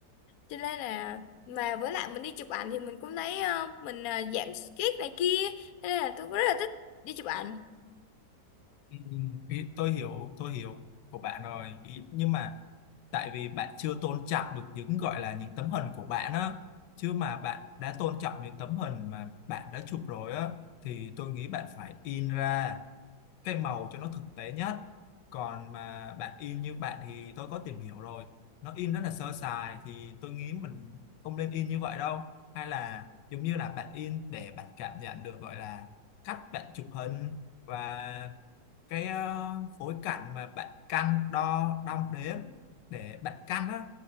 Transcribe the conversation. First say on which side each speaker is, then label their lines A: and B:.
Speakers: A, on the left (about 65°); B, on the left (about 80°).
A: cho nên là mà với lại mình đi chụp ảnh thì mình cũng thấy ờ, mình ờ, giảm stress này kia thế nên là tôi cũng rất là thích đi chụp ảnh
B: Ừ, ý- tôi hiểu tôi hiểu của bạn rồi ý, nhưng mà tại vì bạn chưa tôn trọng được những gọi là những tấm hình của bạn á chứ mà bạn đã tôn trọng những tấm hình mà bạn đã chụp rồi á thì tôi nghĩ bạn phải in ra cái màu cho nó thực tế nhất còn mà bạn in như bạn thì tôi có tìm hiểu rồi nó in rất là sơ sài thì tôi nghĩ mình không nên in như vậy đâu hay là giống như là bạn in để bạn cảm nhận được gọi là cách bạn chụp hình và cái ờ, phối cảnh mà bạn căn đo đong đếm để bạn căn á